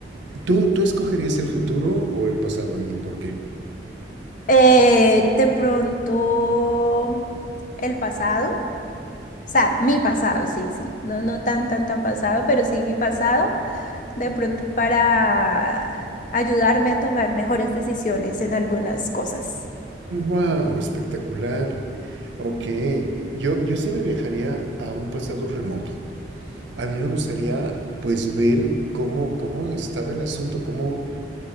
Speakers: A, on the right; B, on the left.
A: ¿Tú, ¿Tú escogerías el futuro o el pasado y por qué?
B: Eh, de pronto el pasado, o sea, mi pasado, sí, sí, no, no tan, tan, tan pasado, pero sí mi pasado, de pronto para ayudarme a tomar mejores decisiones en algunas cosas.
A: ¡Wow! Espectacular. Ok, yo, yo sí me viajaría a un pasado remoto. A mí me gustaría pues ver cómo, cómo estaba el asunto, cómo,